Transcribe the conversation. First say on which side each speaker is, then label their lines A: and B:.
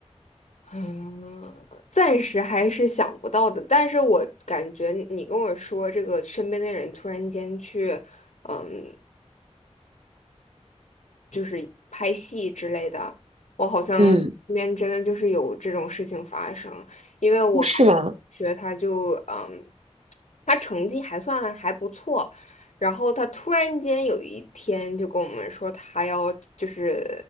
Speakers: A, on the left (about 80°); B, on the right (about 65°).
A: 嗯，暂时还是想不到的。但是我感觉你跟我说这个身边的人突然间去。嗯。就是拍戏之类的，我好像身边真的就是有这种事情发生。
B: 嗯，
A: 因为我高中同学他就嗯，
B: 是吗？
A: 他成绩还算还不错，然后他突然间有一天就跟我们说他要就是